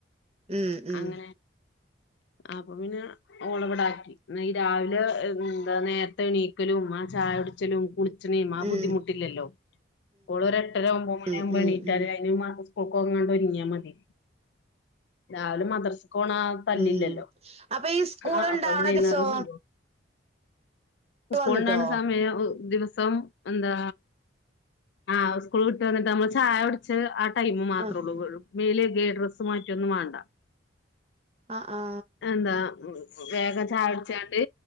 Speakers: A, on the right; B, on the left.
A: ഉം ഉം
B: അങ്ങനെ അപ്പൊ പിന്നെ ഓളവിടാക്കി എന്ന ഈ രാവിലെ എന്താ നേരത്തെ എണീക്കലും ചായകുടിച്ചലും കുളിച്ചണെയും ആ
A: ഉം
B: ബുദ്ധിമുട്ടില്ലല്ലോ ഓള് ഒരു എട്ടര ഒമ്പത് മണി
A: ഉം
B: ആവുമ്പോണീറ്റാ
A: ഉം ഉം
B: അതിന് സ്കൂൾക്ക്ങ്ങാണ്ട ഒരുങ്ങിയാൽ മതി രാവിലെ മദ്രസ്സക്കോണ ആ തല്ലില്ലല്ലോ
A: ഉം അപ്പൊ ഈ സ്കൂൾ
B: ആ
A: ഉണ്ടാവണ
B: അപ്പൊ അത് വൈകുന്നേരം
A: ദിവസോ
B: സോ സ്കൂളാണ്
A: വന്നിട്ടോ
B: സമയം ദിവസം എന്താ ആ സ്കൂൾ വിട്ട് വന്നിട്ടനമ്മള് ചായകുടിച്ചതെ ടൈമ് മാത്രേ
A: ആഹ്
B: ഉള്ളൂ മേല ഡ്രസ്സ് മറ്റൊന്നും വേണ്ട
A: ആഹ്
B: എന്താ വേഗം ചായുടിച്ചിങ്ങാണ്ട്